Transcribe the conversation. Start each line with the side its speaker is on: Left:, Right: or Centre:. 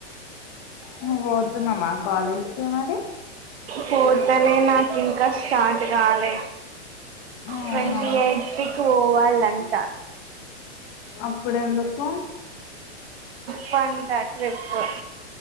Left: నువ్వు పోతున్నవా కాలేజ్కి మరి.
Right: పోతలే నాకు ఇంకా స్టార్ట్ కాలే
Left: అవునా
Right: ట్వంటీ ఎయిట్కి పో పోవాల్నంటా.
Left: అప్పుడెందుకు.
Right: వాన్ ట చెప్పు